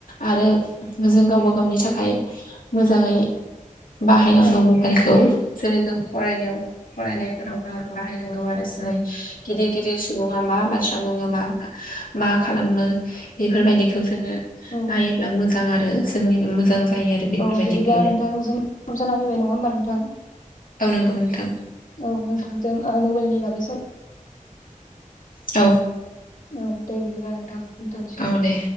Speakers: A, on the left (about 85°); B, on the left (about 70°).
A: आरो जों गावबा गावनि थाखाय मोजाङै बाहायनांगौ
B: औ
A: मबाइलखौ जेरै जों फरायनायाव फरायनायफोराव आ बाहाय रंबारस गिदिर गिदिर सुबुङा मा बाथ्रा बुङो मा मा खालामो बेफोरबायदिखौ जोङो नायोब्ला
B: औ
A: मोजां आरो जोंनिनो मोजां जायो आरो। बेफोरबायदि
B: औ बिदिब्ला
A: गेले
B: नोंथांजों <unintelligible> जाना फैबाय नङा होमबा नोंथां
A: औ नांगौ नोंथां
B: औ नोंथांजों ओ मबाइलनि बागै
A: औ
B: औ दे बिदिब्लाा नोंथां दथ'नोसै
A: औ दे